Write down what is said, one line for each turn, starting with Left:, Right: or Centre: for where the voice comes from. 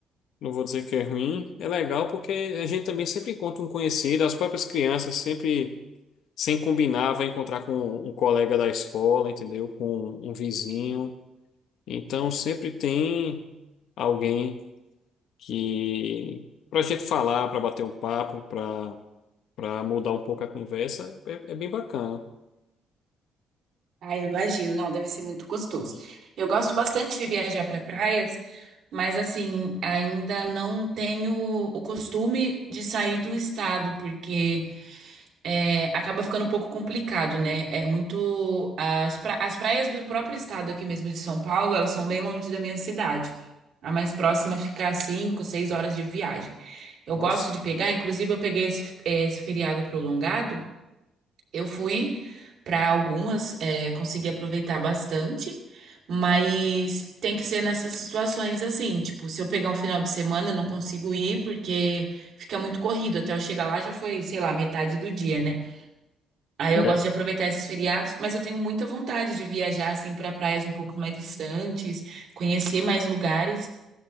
Left: Não vou dizer que é ruim, é legal porque a gente também sempre encontra um conhecido, as próprias crianças sempre, sem combinar, vai encontrar com um um colega da escola, entendeu? Com um vizinho. Então sempre tem alguém que para a gente falar, para bater um papo, para para mudar um pouco a conversa, é, é bem bacana.
Right: Ah, eu imagino. Não, deve ser muito gostoso. Eu gosto bastante de viajar para praias, mas assim, ainda não tenho o costume de sair do estado, porque é, acaba ficando um pouco complicado, né? É muito. As, pra- as praias do próprio estado aqui mesmo de São Paulo, elas são bem longe da minha cidade. A mais próxima fica a 5, 6 horas de viagem. Eu
Left: Nossa.
Right: gosto de pegar, inclusive eu peguei esse, esse feriado prolongado. Eu fui para algumas, é, consegui aproveitar bastante, mas tem que ser nessas situações assim, tipo, se eu pegar um final de semana, eu não consigo ir porque fica muito corrido. Até eu chegar lá já foi, sei lá, metade do dia, né? Aí
Left: É.
Right: eu gosto de aproveitar esses feriados, mas eu tenho muita vontade de viajar assim para praias um pouco mais distantes, conhecer mais lugares.